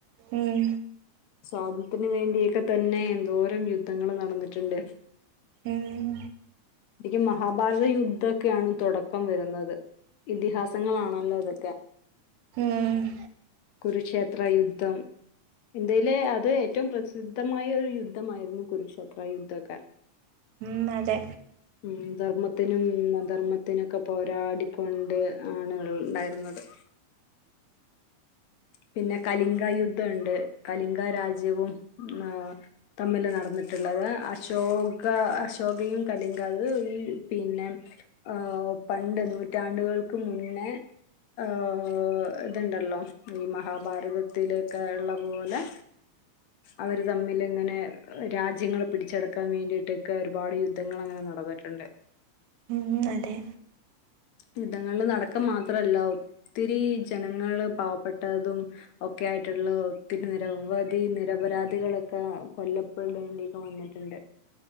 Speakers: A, on the right; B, on the left.
A: ഉം
B: സോതത്രയാത്തിനന് വേണ്ടിയൊക്കെ തന്നെ എന്തോരം യുദ്ധങ്ങൾ നടന്നിട്ടുണ്ട്
A: ഉം
B: ക്ക് മഹാഭാരത യുദ്ധൊക്കെയാണ് തുടക്കം വരുന്നത് ഇതിഹാസങ്ങളാണല്ലോതൊക്കെ
A: ഉം
B: കുരുക്ഷേത്ര യുദ്ധം ഇന്ത്യയിലെ അത് ഏറ്റവും പ്രസിദ്ധമായ ഒരു യുദ്ധമായിരുന്നു കുരുക്ഷേത്ര യുദ്ധമക്കെ.
A: ഹ്മ്മ് അതെ
B: ഹ്മ്മ് ധർമ്മത്തിനും അധർമ്മത്തിനൊക്കെ പോരാടിക്കൊണ്ട് ആണ് ഇണ്ടായിരുന്നത് <inaudible> പിന്നെ കലിംങ്ക യുദ്ധണ്ട് കലിംഗ രാജ്യവും ആഹ് തമ്മില് നടന്നിട്ട്ള്ളത് അത് അശോക അശോകയും കലിങ്ക അത് ഈ പിന്നെ ആഹ് പണ്ട് നൂറ്റാണ്ട്‌കൾക്ക് മുന്നേ ആഹ് ഇത്ണ്ടല്ലോ ഈ മഹാഭാരതത്തിലേക്കെ ഇള്ള പോലെ അവര് തമ്മില്ങ്ങനെ രാജ്യങ്ങള് പിടിച്ചടക്കാൻ വേണ്ടിയിട്ടൊക്കെ ഒരുപാട് യുദ്ധങ്ങള് അങ്ങനെ നടന്നിട്ടുണ്ട്
A: ഹ്മ്മ് അതെ.
B: യുദ്ധങ്ങള് നടക്ക മാത്രല്ല ഒത്തിരി ജനങ്ങള് പാവപ്പെട്ടതും ഒക്കെ ആയിട്ട്ള്ള ഒത്തിരി നിരവധി നിരപരാധികളൊക്കെ കൊല്ലപ്പെടേണ്ടിക വന്നിട്ട്ണ്ട്